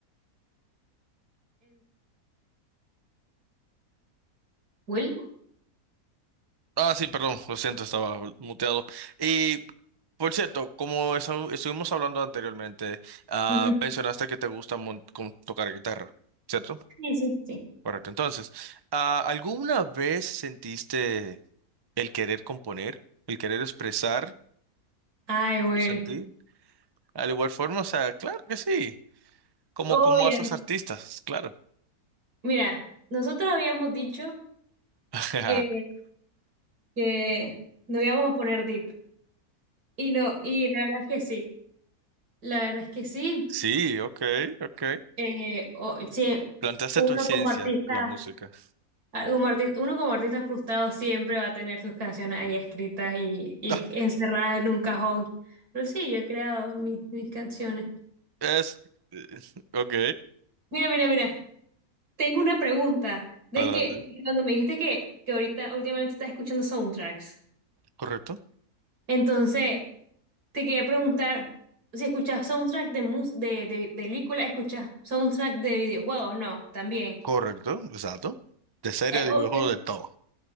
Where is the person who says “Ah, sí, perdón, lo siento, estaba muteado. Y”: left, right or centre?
Right